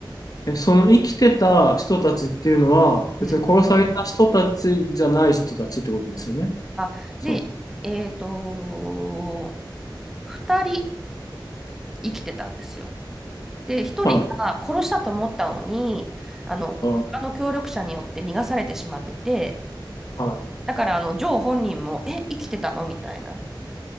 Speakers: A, on the left; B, in the centre.
A: い。え、その生きてた人たちっていうのは、
B: うん。
A: 別に殺された人たちじゃない人たちってことですよね。
B: あ、
A: そう。
B: で、えっと、二人生きてたんですよ。で、一人が殺したと思ったのに、
A: はい。
B: あの、
A: あー、
B: 他の協力者によって逃がされてしまってて、
A: はい。
B: だから、あの、ジョー本人も、え、生きてたのみたいな。